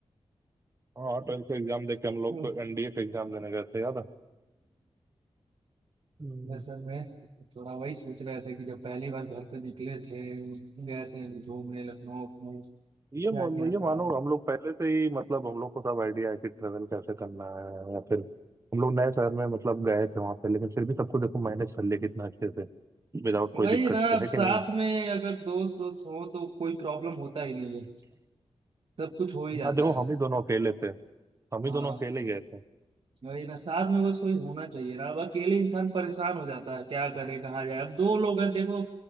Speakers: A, on the right; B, on the right.
A: हाँ ट्वेल्थ का एग्जाम देके हम लोग
B: हम्म,
A: एनडीए का एग्जाम देने गए थे याद है हम्म,
B: असल में थोड़ा वही सोच रहे थे कि जब पहली बार घर से निकले थे गए थे घूमने लखनऊ में
A: ये
B: क्या
A: म-
B: क्या
A: ये
B: था
A: मानो हम लोग पहले से ही मतलब हम लोग को सब आइडिया है कि ट्रेवल कैसे करना है या फिर हम लोग नए शहर में मतलब गए थे वहां पे लेकिन फिर भी सबको देखो मैनेज कर लिया कितना अच्छे से विदाउट कोई
B: वही
A: दिक्कत
B: ना
A: के
B: अब
A: है कि
B: साथ
A: नहीं
B: में अगर दोस्त दोस्त हो तो कोई प्रॉब्लम होता ही नहीं है सब कुछ हो ही जाता
A: हाँ देखो
B: है
A: हम ही दोनों अकेले थे हम
B: हाँ
A: ही दोनों अकेले गए थे
B: वही ना साथ में बस कोई होना चाहिए ना अब अकेले इंसान परेशान हो जाता है क्या करे कहाँ जाए अब दो लोग हैं देखो